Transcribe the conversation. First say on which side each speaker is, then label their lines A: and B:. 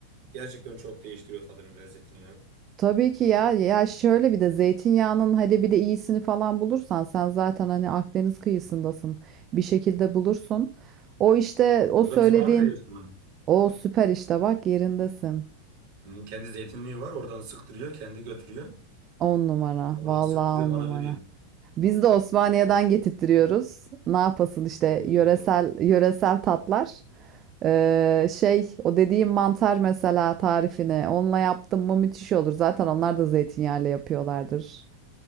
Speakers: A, on the right; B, on the right.
A: Gerçekten çok değiştiriyor tadını lezzetini ya.
B: Tabii ki ya. Ya şöyle bir de zeytinyağının hadi bir de iyisini falan bulursan sen zaten hani Akdeniz kıyısındasın. Bir şekilde bulursun. O işte
A: Burada
B: o söylediğin
A: bizim abi veriyor işte bunu.
B: o süper işte bak yerindesin.
A: Hı, Kendi zeytinliği var oradan sıktırıyor kendi götürüyor.
B: on numara.
A: Oradan
B: Vallahi
A: sıktırıyor
B: 10
A: bana
B: numara.
A: veriyor.
B: Biz de Osmaniye'den getirtiyoruz. Ne yapasın işte
A: Oo.
B: yöresel yöresel tatlar. Ee, şey o dediğim mantar mesela tarifini onunla yaptım mı müthiş olur. Zaten onlar da zeytinyağıyla yapıyorlardır.